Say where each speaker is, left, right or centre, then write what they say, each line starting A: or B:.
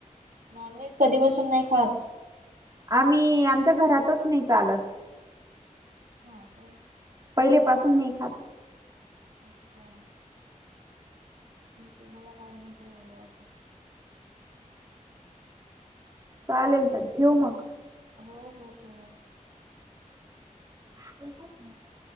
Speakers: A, on the right; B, on the right.
A: नॉन व्हेज कधी बसून नाही खात.
B: आम्ही आमच्या घरातच नाही चालत.
A: अस <inaudible>
B: पहिले पाासून नाही खात.
A: अच्छा <inaudible> हो त मला काही नसे आलं वाटत.
B: चालेल तर ठेवू मग.
A: हो हो, ठेव.
B: हो <inaudible>